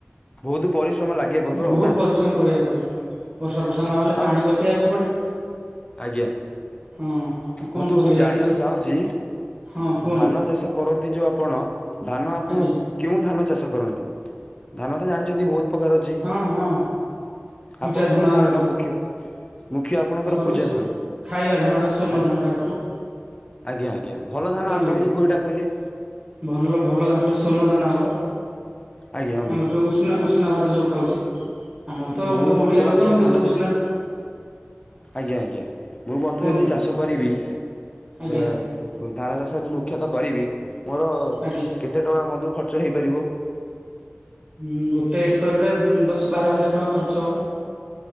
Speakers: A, on the left; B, on the right.
A: ବହୁତ ପରିଶ୍ରମ ଲାଗେ ବନ୍ଧୁ ଆଉ
B: ବୋହୁତ
A: ନା
B: ପରିଶ୍ରମ କରିବାକୁ ପଡେ। ବର୍ଷା ଫର୍ଷା ନହେଲେ
A: ଆଉ
B: ପାଣି ବତେଇବାକୁ ପଡେ।
A: ଆଜ୍ଞା
B: ହଁ ଆଉ କଣ
A: ବନ୍ଧୁ
B: କରିବେ
A: ମୁଁ
B: ଏଇତ
A: ଜାଣିବାକୁ
B: ସବୁ
A: ଚାହୁଁଛି
B: ହଁ କୁହନ୍ତୁ
A: ଧାନ ଚାଷ କରନ୍ତି ଯୋଉ ଆପଣ ଧାନ ଆପଣ
B: ଆଜ୍ଞା
A: କେଉଁ ଧାନ ଚାଷ କରନ୍ତି ଧାନ ତ ଜାଣିଛନ୍ତି ବୋହୁତ ଉପକାର ଅଛି
B: ହଁ ହଁ ପୂଜା
A: ଆପଣ କୋଉ
B: ଆମେ
A: ଧାନ ଟା ମୁଖ୍ୟ ମୁଖ୍ୟ ଆପଣଙ୍କର ପୂଜା
B: ରୁଷ୍
A: ଧାନ।
B: ଖାଇବା ଧାନ ଟା ସ୍ଵର୍ଣ
A: ଆଜ୍ଞା
B: ଧାନ ଟା କରୁ।
A: ଆଜ୍ଞା ଆଜ୍ଞା ଭଲ ଧାନ
B: ଜାଣିଲେ
A: ଆ ବନ୍ଧୁ
B: କି
A: କୋଉଟା କଇଲେ।
B: ଭଲ ଭଲ ଧାନ ଟା ସ୍ଵଣ୍ଣ ଧାନ ହବ
A: ଆଜ୍ଞା ବନ୍ଧୁ।
B: ଆମର ଯୋଉ ଉଷ୍ଣା ଉଷ୍ଣନା ଭାତ ଯୋଉ ଖାଉଚେ ଆମର ତ
A: ମୁଁ
B: ଓଡିଆ
A: ବର୍ତ୍ତମାନ
B: ଲୋକ
A: ଯଦି
B: ଏମତି
A: ଧାନ ଚାଷ
B: ଉଷ୍ନା
A: ଆଜ୍ଞା ଆଜ୍ଞା ମୁଁ ବନ୍ଧୁ
B: କୁହନ୍ତୁ।
A: ଜଦି ଚାଷ କରିବି ଏ
B: ଆଜ୍ଞା
A: ଧାନ ଚାଷ ଯଦି ମୁଖ୍ୟତଃ କରିବି ମୋର
B: ଆଜ୍ଞା
A: କେତେ ଟଙ୍କା ବନ୍ଧୁ ଖର୍ଚ୍ଚ ହେଇପାରିବ।
B: ହୁଁ ଗୋଟେ ଏକରରେ ଦଶ ବାର ହଜାର ଟଙ୍କା ଖର୍ଚ୍ଚ ହବ।